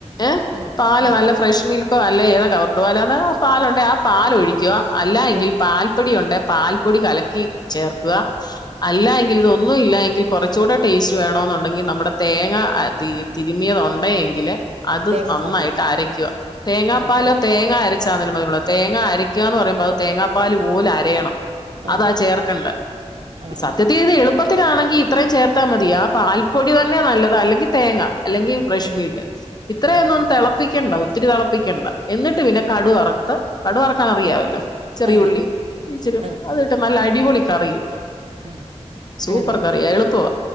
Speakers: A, on the left; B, on the right.
A: ഏഹ്
B: ആ
A: പാല്
B: ആ
A: നല്ല ഫ്രഷ് മിൽക്കോ അല്ല ഏതാ കവറ് പാലാന്നേ ആ പാലുണ്ടേ ആ പാലൊഴി ക്കുവ, അല്ലാ എങ്കിൽ
B: ആ
A: പാൽപ്പൊടി ഉണ്ടേ പാൽപ്പൊടി കലക്കി ചേർക്കുക
B: ആ
A: അല്ലാ
B: ആ
A: എങ്കിൽ ഇതൊ ന്നുഇല്ല എങ്കിൽ കൊറച്ചൂടെ ടേസ്റ്റ് വേണമെന്നുണ്ടെങ്കിൽ നമ്മുടെ തേങ്ങ അ തി തിരുമ്മിയത് ഒണ്ടെ എങ്കില് അത്
B: തേങ്ങാപ്പാലൊഴിക്കും
A: നന്നായിട്ട് അരക്കുക തേങ്ങാപ്പാലോ
B: ആ
A: തേങ്ങ അരച് ച്ചാ മതി തേങ്ങ അരക്കുകാന്ന് പറയുമ്പോ അത് തേങ്ങാപ്പാല് പോലെ അരയണം
B: ആ
A: അതാ ചേർക്കണ്ടേ
B: ആ ആ ആ
A: ഈ സത്യതിതു
B: ആ
A: എളുപ്പ ത്തിനാണെങ്കി ഇത്രയും ചേർത്താ മതിയാ ആ പാൽപ്പൊടി തന്നെയ നല്ലത് അല്ലെങ്കില് തേങ്ങ അല്ലെങ്കിൽ ഫ്രഷ്
B: ഏ
A: മീൽക്ക് ഇത്രയൊന്നും
B: ആ ആ
A: തെളപ്പിക്കണ്ട ഒത്തിരി തെളപ്പിക്കണ്ട എന്നിട്ട് പിന്നെ
B: ആ
A: കടു വറത്ത് കടു വറക്കാൻ അറിയാവല്ലോ? ചെറിയുള്ളി
B: ആ അറിയാം
A: ഇച്ചിരി
B: ആ
A: അത്ട്ട് നല്ല അടിപൊളി കറി കിട്ടും
B: ആ
A: സൂപ്പർ
B: ആണല്ലേ
A: കറിയ എളുപ്പവാ